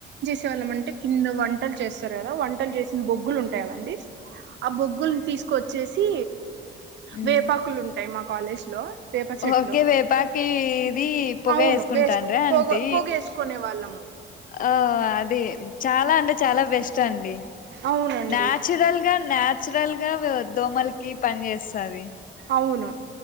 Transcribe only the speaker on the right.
తెళ్ళం అంటే కింద వంటలు చేస్తార్ <unintelligible> వంటల్ చేసిన బొగ్గులు <unintelligible> ఆ బోగుల్ తీస్ చేసి
వేపాకులు ఉంటయ్ మా కాలేజ్ లో వేప చెట్లు
అవును
వేసుకు పొగ
పొగేసుకునే వాళ్ళము
అవునండి
అవును